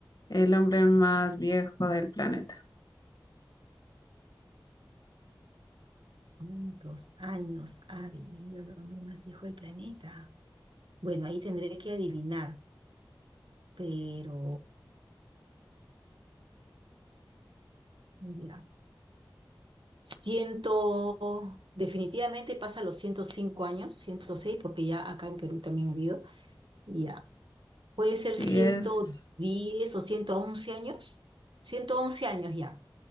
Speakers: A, on the left (about 55°); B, on the right (about 85°).
A: el hombre más viejo del planeta?
B: ¿Cuántos años ha vivido el hombre más viejo del planeta? Bueno, ahí tendré que adivinar, pero ya. Ciento, definitivamente pasa los 105 años, 106 porque ya acá en Perú también ha habido. Ya. Puede ser
A: Sí
B: ciento
A: es
B: diez o 111 años. ciento once años ya.